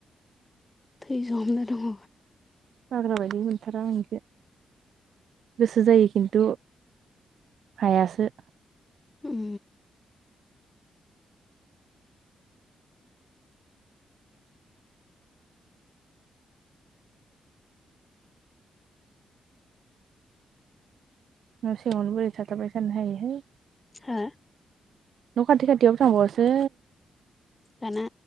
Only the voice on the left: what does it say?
थैजहमना दङ
उम
हो
दाना